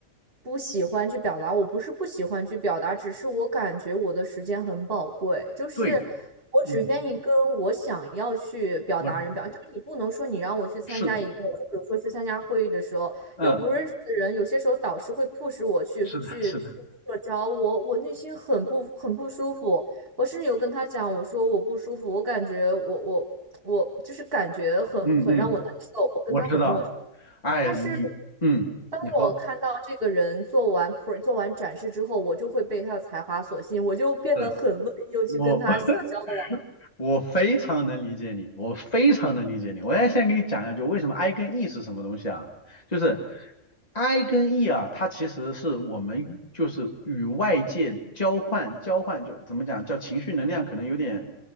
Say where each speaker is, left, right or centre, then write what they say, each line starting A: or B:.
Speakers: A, on the right; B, on the left.
A: 不喜欢去表达，我不是不喜欢去表达，只是我感觉我的时间很宝贵，就是我只愿意跟我想要去表达人表，
B: 对，嗯，我
A: 就是你不能说你让我去参加一个，
B: 是的，
A: 就比如说去参加会议的时候，
B: 嗯，
A: 又不认识的人，有些时候导师会迫使我去去去社交，
B: 是的，是的，
A: 我我内心很不很不舒服。我甚至有跟他讲，我说我不舒服，我感觉我我我就是感觉很很让我难受，
B: 嗯嗯，
A: 我跟他很陌生。
B: 我知道。哎呀，
A: 但是
B: 你，嗯，
A: 当我看到这个人做完
B: 你说，
A: pre 做完展示之后，我就会被他的才华所吸引，我就变得很乐意又去跟他社交了。
B: 对，我，<laughs> 我非常能理解你，我非常能理解你。我现在给你讲一下，就为什么 I 跟 E 是什么东西啊？就是 I 跟 E 啊，它其实是我们与就是与外界交换交换，就怎么讲，叫情绪能量，可能有点。